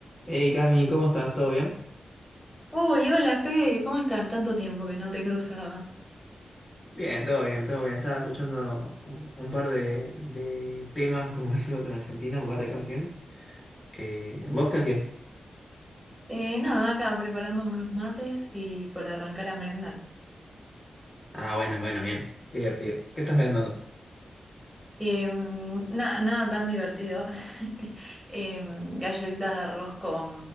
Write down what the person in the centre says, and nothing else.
Uy, hola Fede, ¿cómo estás? Tanto tiempo que no te cruzaba.
Eh, nada, acá preparándome unos mates y por arrancar a merendar.
Em, na- nada tan divertido. <laughs> Em, galletitas de arroz con